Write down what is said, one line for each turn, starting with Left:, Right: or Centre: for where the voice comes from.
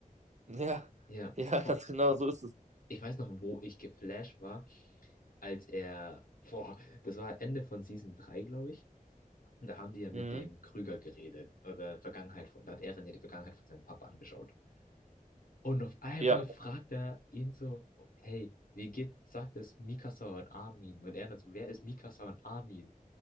Right: Ja,
Left: Ja,
Right: <laughs> ja,
Left: vor,
Right: ganz genau, so ist es.
Left: ich weiß noch, wo ich geflasht war, als er, boah, das war Ende von Season drei glaube ich. Und da haben die ja mit
Right: Mhm.
Left: dem Krüger geredet, oder Vergangenheit von, da hat Eren ja die Vergangenheit von seinem Papa angeschaut. Und auf einmal
Right: Ja.
Left: fragt er ihn so, hey, wie geht's, sagt es Mikasa und Armin? Und er dann so, wer ist Mikasa und Armin?